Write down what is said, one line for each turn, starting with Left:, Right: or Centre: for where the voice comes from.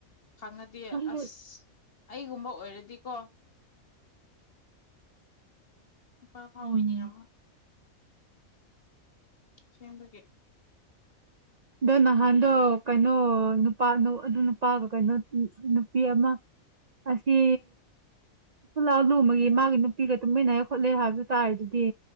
Left: ꯈꯪꯉꯗꯤꯦ
Right: ꯈꯪꯗꯦ
Left: ꯑꯁ ꯑꯩꯒꯨꯝꯕ ꯑꯣꯏꯔꯗꯤꯀꯣ ꯏꯄꯥ ꯐꯥ
Right: ꯎꯝ
Left: ꯑꯣꯏꯅꯤꯡꯉ ꯑꯃ ꯁꯤꯗꯒꯦ
Right: ꯑꯗꯣ ꯅꯍꯥꯟꯗꯣ ꯀꯩꯅꯣ ꯅꯨꯄꯥ ꯑꯗꯨ ꯅꯨꯄꯥꯒ ꯀꯩꯅꯣ ꯅꯨꯄꯤ ꯑꯃ ꯑꯁꯤ ꯈꯨꯂꯥꯎ ꯂꯨꯃꯒꯤ ꯃꯥꯒꯤ ꯅꯨꯄꯤꯒ ꯇꯨꯃꯤꯟꯅꯔ ꯈꯣꯠꯂꯦ ꯍꯥꯏꯕꯗꯨ ꯇꯥꯔꯦ ꯑꯗꯨꯗꯤ